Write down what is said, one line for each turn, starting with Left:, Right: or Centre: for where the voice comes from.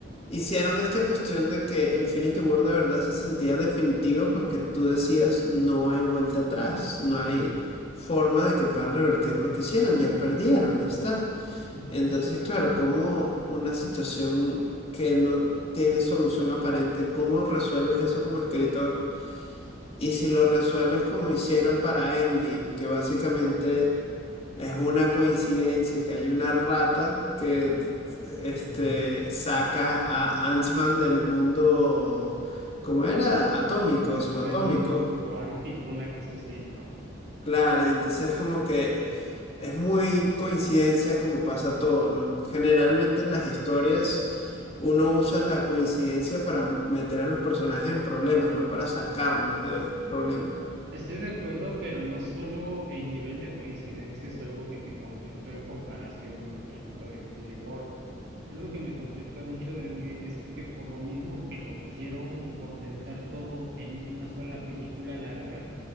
Left: hicieron esta cuestión de que Infinity War de verdad se sentía definitivo porque tú decías no hay vuelta atrás, no
Right: ujú,
Left: hay forma de que puedan revertir lo que hicieron, ya perdieron, ya está.
Right: ujú,
Left: Entonces, claro, como una situación que no tiene solución aparente, ¿cómo resuelves eso como escritor? Y si lo resuelves como hicieron para Endgame, que básicamente es una coincidencia que hay una rata que este,
Right: ujú,
Left: saca a Ant-Man del mundo, como era? Atómico,
Right: De-
Left: subatómico.
Right: del mundo cuántico, una cosa así, ¿no?
Left: Claro, y entonces es como que es muy coincidencia como pasa todo, ¿no? Generalmente en las historias uno usa la coincidencia para meter a los personajes en problemas, no para sacarlos de problemas.
Right: Estoy de acuerdo, pero no solo el nivel de coincidencia es algo que me conflictó en comparación, por ejemplo, de Infinity War. Algo que me conflictó mucho de Endgame es que por lo mismo que lo quisieron condensar todo en una sola película larga,